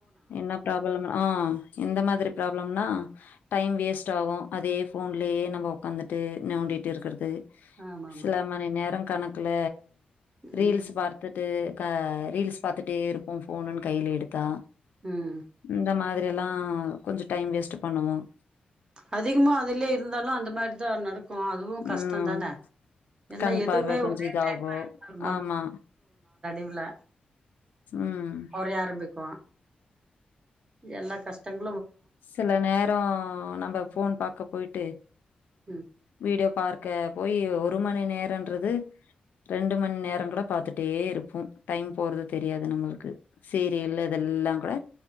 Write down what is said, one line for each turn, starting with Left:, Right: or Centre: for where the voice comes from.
Left: என்ன ப்ராப்ளம் ஆஹ் இந்த மாதிரி ப்ராப்ளம்னா டைம் வேஸ்ட் ஆகும் அதே ஃபோன்லயே நம்ம உக்காந்துட்டு நோண்டிட்டு இருக்றது
Right: ஆமாமா
Left: சில மணி நேரம் கணக்ல ரீல்ஸ்
Right: ம்
Left: பாத்துட்டு ரீல்ஸ் பார்த்துட்டே இருப்போ ஃபோனுன்னு கையில எடுத்தா
Right: ம்
Left: இந்த மாதிரி இத லா கொஞ்சோ டைம் வேஸ்ட் பண்ணுவோம்
Right: அதிகமா அதுலயே இருந்தாலும் அந்த மாதிரிதான் நடக் அதுவும் கஷ்டம்
Left: ம்.
Right: தான ஏன்னா
Left: கண்
Right: எதுவுமே
Left: பார்வை கொஞ்சம்
Right: ஒரே
Left: இதாகும்.
Right: டைம்ல யூஸ் ஆகுமா
Left: ஆமா.
Right: இதுல
Left: ம்.
Right: குறைய ஆரம்பிக்கும் எல்லா கஷ்டம்
Left: சில நேரோ நம்ம ஃபோன் பாக்க போயி்ட்டு
Right: ம்
Left: வீடியோ பார்க்க போய் ஒரு மணி நேரன்றது ரெண்டு மணி நேரம் கூட பாத்துட்டே இருப்போ டைம் போறது தெரியாது நம்மளுக்கு சீரியல் இதெல்லா கூட